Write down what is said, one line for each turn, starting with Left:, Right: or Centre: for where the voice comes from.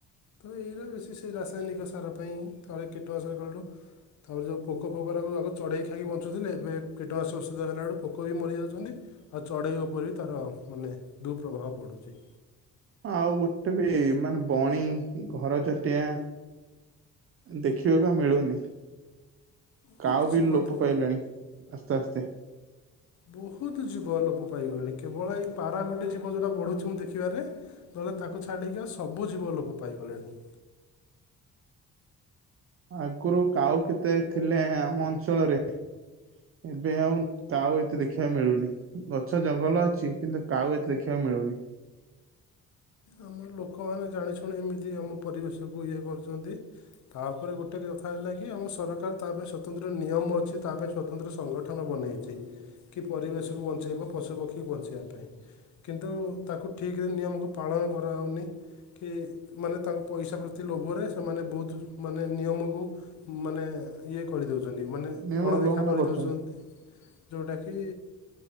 Left: ତ ଏଇରା ବେଶୀ ସେ ରାସାୟନିକ ସାର ପାଇଁ ଥରେ କୀଟନାସକ କଲୁ। ତାପରେ ଯୋଉ ପୋକ ଫୋକା ଗରାକୁ ଆଗୁ ଚଢ଼େଇ ଖାଇକି ବଞ୍ଚୁଥିଲେ ଏବେ କୀଟନାସକ ଔଷଧ ହେଲାଠୁ ପୋକ ବି ମରିଯାଉଛନ୍ତି! ଆଉ ଚଢେଇ ଉପରେ ବି ତାର ମାନେ ଦୁଃପ୍ରଭାବ ପଡୁଛି।
Right: ଆଉ ଗୋଟେ ବି ମାନେ ବଣୀ ଘରଚଟିଆ ଦେଖିବାକୁ ମିଳୁନି। କାଉ
Left: ବହୁତ ଜୀବ
Right: ବିି ଲୋପ
Left: ଥି-
Right: ପାଇଲାଣି ଆସ୍ତେ ଆସ୍ତେ!
Left: ବହୁତ ଜୀବ ଲୋପ ପାଇଗଲେଣି କେବଳ ଏଇ ପାରା ଗୋଟେ ଜୀବ ଯଉଟା ବଢୁଛି ମୁଁ ଦେଖିବାରେ! ନହେଲେ ତାକୁ ଛାଡିକି ଆଉ ସବୁ ଜୀବ ଲୋପ ପାଇଗଲେଣି।
Right: ଆଗୁରୁ କାଉ କେତେ ଥିଲେ ଆମ ଅଞ୍ଚଳରେ। ଏବେ ଆଉ କାଉ ଏତେ ଦେଖିବାକୁ ମିଳୁନି। ଗଛ ଜଙ୍ଗଲ ଅଛି କିନ୍ତୁ କାଉ ଏତେ ଦେଖିବାକୁ ମିଳୁନି।
Left: ଆମ ଲୋକମାନେ ଜାଣିଶୁଣି ଏମିତି ଆମ ପରିବେଶକୁ ଇଏ କରୁଛନ୍ତି। ତାପରେ ଗୋଟେ କଥା ହେଲା କି ଆମ ସରକାର ତା ପାଇଁ ସ୍ଵତନ୍ତ୍ର ନିୟମ ଅଛି ତା ପାଇଁ ସ୍ଵତନ୍ତ୍ର ସଂଗଠନ ବନେଇଛି କି ପରିବେଶକୁ ବଞ୍ଚେଇବ ପଶୁପକ୍ଷୀକୁ ବଞ୍ଚେଇବା ପାଇଁ। କିନ୍ତୁ ତାକୁ ଠିକ୍ ରେ ନିୟମକୁ ପାଳନ କରାହୋଉନେଇ। କି ମାନେ ତାଙ୍କ ପଇସା ପ୍ରତି ଲୋଭରେ ସେମାନେ ବହୁତ ମାନେ ନିୟମକୁ ମାନେ ଇଏ କରିଦଉଛନ୍ତି ମାନେ
Right: ନିୟମ
Left: ଅଣଦେଖା
Right: ଉଲ୍ଲଂଘନ
Left: କରିଦଉଛନ୍ତି।
Right: କରୁଛନ୍ତି।
Left: ଯୋଉଟାକି